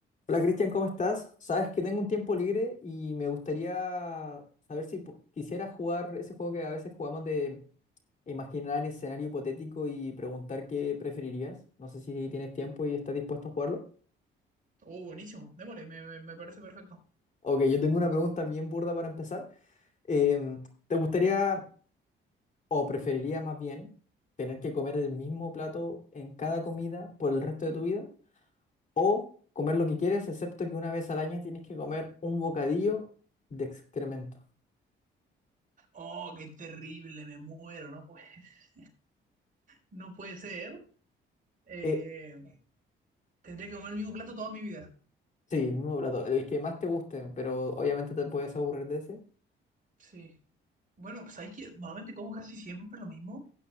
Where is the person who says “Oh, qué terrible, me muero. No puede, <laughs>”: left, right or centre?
Right